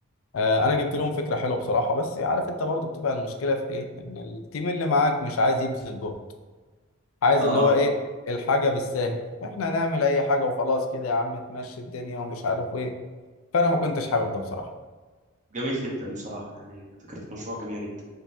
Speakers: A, on the left (about 75°); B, on the right (about 35°).
A: آه، انا جبت لهم فكره حلوه بصراحه بس عارف انت برضو بتبقى المشكله في ايه ان التيم اللي معاك مش عايز يبذل جهد عايز
B: اه آه.
A: اللي هو ايه الحاجه بالساهل فاحنا هنعمل اي حاجه وخلاص كده يا عم تمشي الدنيا ومش عارف ايه فانا ما كنتش حابب ده بصراحه
B: جميل جدا بصراحة يعني فكرة المشروع جميلة جدا